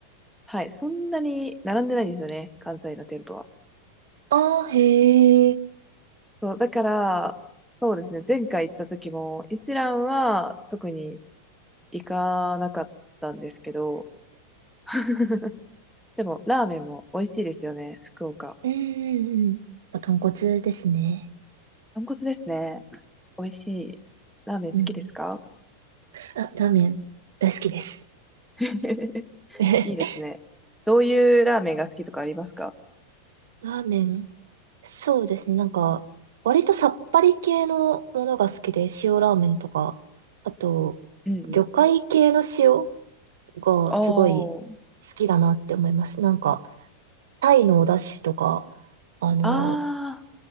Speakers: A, in the centre; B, on the right.
A: はい、そんなに並んでないんですよね。関西の店舗は。
B: ああ、へえ。
A: そう、だから、そうですね。前回行った時も、一蘭は特に行かなかったんですけど、<laughs> でも、ラーメンも美味しいですよね、福岡。
B: うんうんうん。まあ豚骨ですね。
A: 豚骨ですね。美味しい。ラーメン好きですか
B: うん。あ、ラーメン、大好きです。
A: <laughs>
B: <laughs> ラ
A: いいですね。どういうラーメンが好きとかありますか
B: ーメン。そうですね。なんか、割とさっぱり系のものが好きで、塩ラーメンとか、あと、
A: うんうん。
B: 魚介系の塩がすごい
A: おー。
B: 好きだなって思います。なんか、タイのお出汁とか、あの、
A: あー、